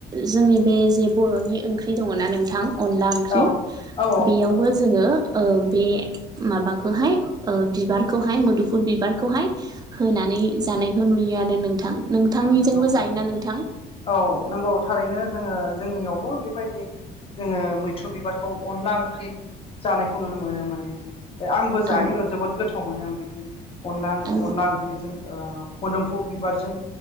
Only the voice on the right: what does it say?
जोंनि बे जे बर'नि ओंख्रि दंङना नोंथां अनला ओंख्रि
बेयावबो जोंङो ओ बे माबाखौहाय ओ बिबारखौहाय मोदोमफुल बिबारखौहाय होनानै जानायखौ नुयो आरो नोंथां नोंथांनिजोंबो
जायोना नोंथां?
औ
औ